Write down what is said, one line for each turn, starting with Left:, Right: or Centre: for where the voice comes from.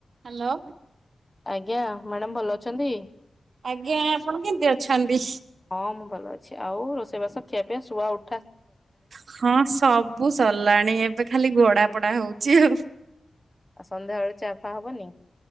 Right: Hello.
Left: ଆଜ୍ଞା madam ଭଲ ଅଛନ୍ତି?
Right: ଆଜ୍ଞା ଆପଣ କେମତି ଅଛନ୍ତି?
Left: ହଁ ମୁଁ ଭଲ ଅଛି। ଆଉ ରୋଷେଇ ବାସ ଖିଆ ପିଆ ଶୁଆ ଉ
Right: ହଁ ସବୁ ସରିଲାଣି ଏବେ ଖାଲି ଗଡା ପଡା ହଉଛି ଆଉ।
Left: ଆଉ ସନ୍ଧ୍ୟାବେଳେ ଚା ଫା ହବନି?